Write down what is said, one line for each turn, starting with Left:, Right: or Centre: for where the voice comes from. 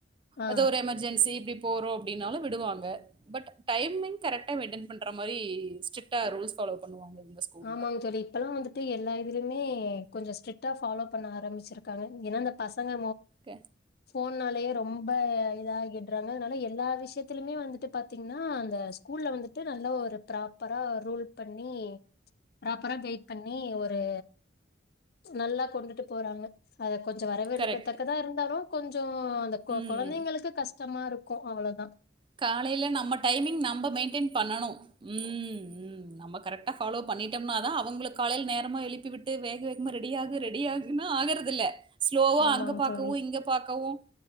Left: ஆ
Right: அது ஒரு எமர்ஜென்சி இப்டி போறோ அப்டினாலு விடுவாங்க பட் டைமிங் கரெக்ட்டா மெயின்டன் பண்ற மாரி ஸ்ட்ரிக்ட்டா ரூல்ஸ் பாலோ பண்ணுவாங்க ஸ்கூல்ல
Left: ஆமாங்க தோழி இப்பல்லா வந்துட்டு எல்லா இதுலயுமே கொஞ்சோ ஸ்ட்ரிக் ட்டா பாலோ பண்ண ஆரம்பிச்சிருக்காங்க ஏனா அந்த பசங்க
Right: க
Left: போன்னாலேயே ரொம்ப இதாகிடுறாங்க அதுனால எல்லா விஷயத்திலுமே வந்துட்டு பாத்தீங்கன்னா அந்த ஸ்கூல்ல வந்துட்டு நல்லா ஒரு ப்ராப்பரா ரூல் பண்ணி ப்ராப்பரா கயிட் பண்ணி ஒரு நல்லா கொண்டுட்டு போறாங்க அத கொஞ்சோ வரவேற்கத்தக்கதா
Right: கரெக்ட்
Left: இருந்தாலு கொஞ்சோ அந்த கொ
Right: ம்
Left: கொழந்தைங்களுக்கு கஷ்டமா இருக்கு அவ்ளதா
Right: காலையில நம்ம டைமிங் நம்ம மெயின் ட்டெய்ன் பண்ணனு ம் ம் நம்ம கரெக்ட்டா பாலோ பண்ணிட்டோம்னா தா அவுங்களுக் காலையில நேரமா எழுப்பி விட்டு வேக வேகமா ரெடி ஆகு ரெடி ஆகுன்னா ஆகுறதில்ல ஸ்லோவா
Left: ஆமாங்
Right: அங்க பாக்கவு
Left: தோழி
Right: இங்க பாக்கவு